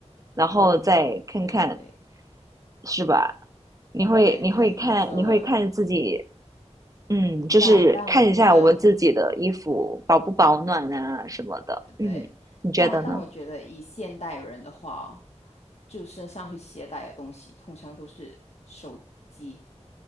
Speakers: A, on the right; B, on the left.
A: 然后再看看，
B: 嗯，对对
A: 是吧？你会你会看你会看自己，
B: 对对，你说的。
A: 嗯，就是看一下我们自己的衣服保不保暖啊什么的，
B: 但但我觉得
A: 嗯，
B: 对，
A: 你觉得呢？
B: 但但我觉得以现代人的话哦，就身上会携带的东西，通常都是手机。